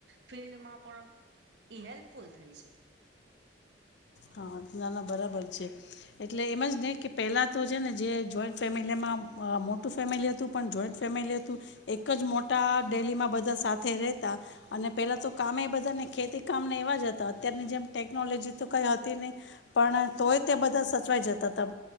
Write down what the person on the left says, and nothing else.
હા નાના બરાબર છે એટલે એમ જ નહીં કે પહેલા તો છે ને જે જોઈન્ટ ફેમિલીમાં મોટું ફેમિલી હતું હતું પણ જોઈન્ટ ફેમિલી હતું એક જ મોટા ડેલીમાં બધા સાથે રહેતા અને પેલા તો કામે બધા ને ખેતી કામ ને એવા જ હતા અત્યારની જેમ ટેકનોલોજી તો ક ન પણ તોય તે બધા સચવાઈ જતા હતા